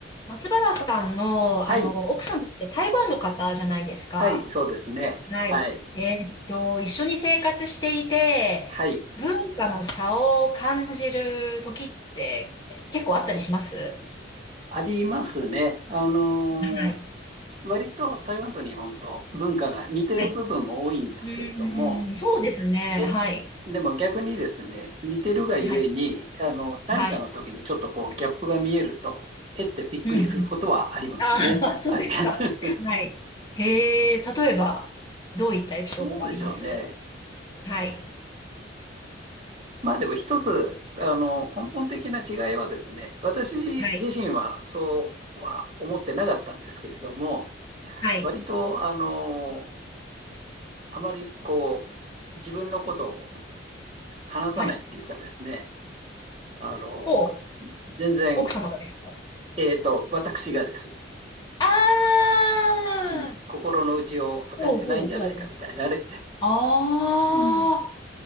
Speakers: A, on the left (about 20°); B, on the right (about 30°).
A: 松原さんの、
B: はい、
A: あの、奥さんって台湾の方じゃないですか。
B: はい、そうですね。
A: はい。
B: はい、
A: えーっと、一緒に生活していて、
B: はい、
A: 文化の差を感じる時って結構あったりします
B: ありますね。あのー
A: はい。
B: 割と台湾と日本と文化が似てる部分も多いんですけれども、
A: はい。うーん、そうですね。
B: えーでも逆にですね、
A: はい。
B: 似てるがゆえに、
A: はい。
B: あの、何かの時にちょっとこうギャップが見えると、
A: はい。
B: えってびっくりすることはありますね。
A: うんうん。ああ、<laughs> そうですか。
B: はい。<laughs>
A: はい。へえ、例えば、どういったエピソードがあります
B: どうでしょうね。
A: はい。
B: まあでも一つ、あの、根本的な違いはですね、私自身はそうは思ってなかったんですけれども、
A: はい。はい。
B: 割と、あの、あまりこう、自分のことを話さないっていうかですね、
A: はい。
B: あの、
A: お、
B: 全然、
A: 奥様がですか
B: えっと、私がです。
A: ああ、
B: うん心の内を明かしてないんじゃないかみたいなね。
A: ほうほうほう。あ
B: うん。
A: あ、